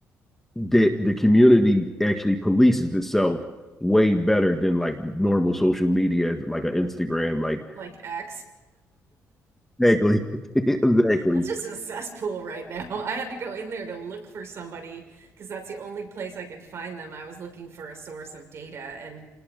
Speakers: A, in the centre; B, on the right (about 50°).
A: the the community actually polices itself way better than like normal social media, like an Instagram, like
B: like X.
A: exactly, <laughs> exactly.
B: That's just a cesspool right now. <laughs> I had to go in there to look for somebody because that's the only place I could find them. I was looking for a source of data and